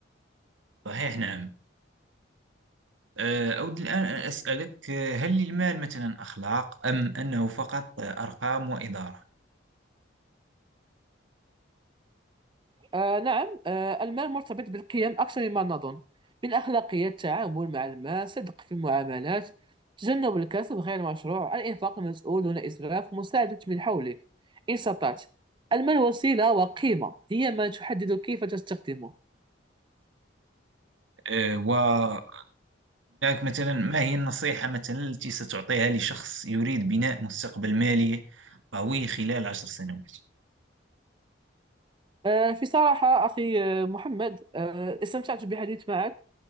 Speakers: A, on the right (about 80°); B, on the right (about 25°).
A: صحيح نعم آه، أود الآن أن أسألك آه، هل للمال مثلا أخلاق أم أنه فقط آه، أرقام وإدارة؟
B: آه نعم آه المال مرتبط بالقيم أكثر مما نظن من أخلاقية التعامل مع المال صدق في المعاملات تجنب الكسب غير المشروع الإنفاق المسؤول دون إسراف مساعدة من حولك إن استطعت المال وسيلة وقيمة هي ما تحدد كيف تستخدمه
A: آه، وهناك مثلا ما هي النصيحة مثلا التي ستعطيها لشخص يريد بناء مستقبل مالي قوي خلال عشر سنوات؟
B: آه في صراحة أخي آه، محمد آه استمتعت بالحديث معك